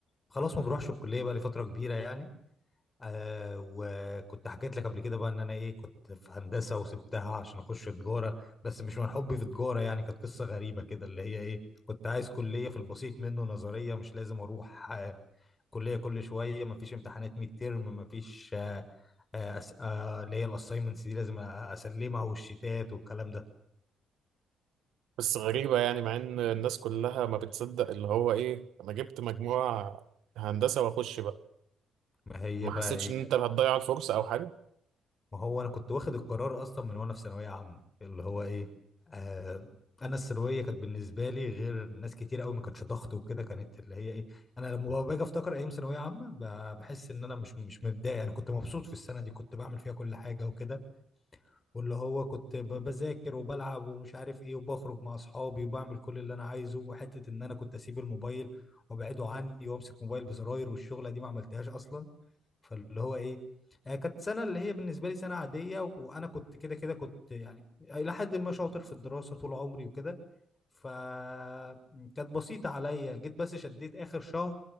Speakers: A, on the left; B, on the right.
A: خلاص ما بروحش الكليه بقى لي فتره كبيره يعني آه وكنت حكيت لك قبل كده بقى ان انا ايه كنت في هندسه وسبتها عشان اخش تجاره بس مش من حبي في تجاره يعني كانت قصه غريبه كده اللي هي ايه كنت عايز كليه في البسيط منه نظريه مش لازم اروح آه، كلية كل شوية مفيش امتحانات ميد ترم مفيش آه، آه، أس- آه، اللي هي الاساينمنتس دي لازم أ- اسلمها والشتات والكلام ده
B: بس غريبة يعني مع ان الناس كلها ما بتصدق اللي هو ايه انا جبت مجموعة هندسة واخش بقى
A: ما هي
B: ما
A: بقى
B: حسيتش
A: ايه
B: ان
A: كانت
B: انت هتضيع الفرصة او حاجة
A: ما هو انا كنت واخد القرار اصلا من وانا في ثانوية عامة اللي هو ايه آه انا الثانويه كانت بالنسبه لي غير ناس كتير قوي ما كانتش ضغط وكده كانت اللي هي ايه انا لما باجي افتكر ايام ثانويه عامه ب- بحس ان انا مش مش متضايق انا كنت مبسوط في السنه دي كنت بعمل فيها كل حاجه وكده واللي هو كنت ب- بذاكر وبلعب ومش عارف ايه وبخرج مع اصحابي وبعمل كل اللي انا عايزه وحته ان انا كنت اسيب الموبايل وابعده عني وامسك موبايل بزراير والشغله دي ما عملتهاش اصلا فاللي هو ايه آه كانت سنه اللي هي بالنسبه لي سنه عاديه و- وانا كنت كده كده كنت يعني الى حد ما شاطر في الدراسه طول عمري وكده فكانت بسيطه عليا جيت بس شديت اخر شهر